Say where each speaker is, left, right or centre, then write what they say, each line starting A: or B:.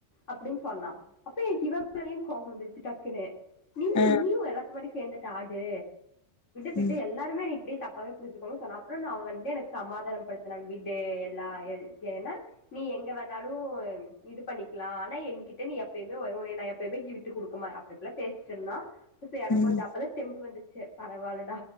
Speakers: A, on the left; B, on the left.
A: அப்டின் சொன்னா அப்ப எனக்கு இவன்மேலையு கோவ வந்துருச்சு டக்குன்னு நீ
B: ஆ
A: கு எல்லாத்து முன்னாடியு சேந்துட்டு ஆடு விடு
B: ம்
A: எல்லாருமே என்ன இப்டியே தப்பாவே புரிச்சிக்கோங்க சொன்ன அப்ற ந அவ வந்து எனக்கு சமாதானம் படுத்தனா விடு எல்லா எ ஏனா நீ எங்க வேணாலு இது பண்ணிக்கலா ஆனா எங்கிட்ட நீ எப்பயுமே உ உன்னைய நா எப்பயுமே விட்டு குடுக்குமா அப் பல பேசிட்டு இருந்தா செரி எனக்கு
B: ம்
A: கொஞ்ச அப்பதா தெம்பு வந்துச்சு பரவால்லடா